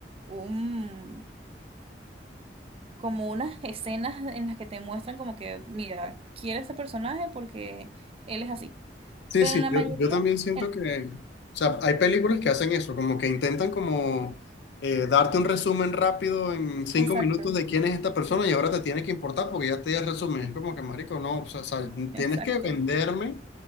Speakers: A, on the right (about 35°); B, on the left (about 75°).
A: un... como unas escenas en las que te muestran como que, mira, quiere a este personaje porque él es así.
B: Sí,
A: Pero
B: sí,
A: en la
B: yo,
A: mayoría...
B: yo también siento
A: En
B: que, o sea, hay películas que hacen eso, como que intentan como eh, darte un resumen rápido en cinco
A: Exacto,
B: minutos de quién es esta persona y ahora te tiene que importar porque ya te di el resumen. Es como que, marico, no, o sea, o sea,
A: exacto.
B: tienes que venderme